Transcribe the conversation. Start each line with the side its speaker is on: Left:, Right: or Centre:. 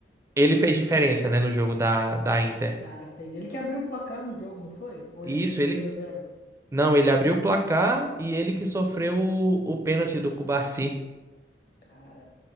Right: ele fez diferença, né, no jogo da, da Inter.
Left: Cara, fez. Ele que abriu o placar no jogo, não foi? Ou
Right: Isso,
Left: ele fez o
Right: ele.
Left: dois a zero
Right: Não, ele abriu o placar e ele que sofreu o, o pênalti do Cubarsi.
Left: Cara,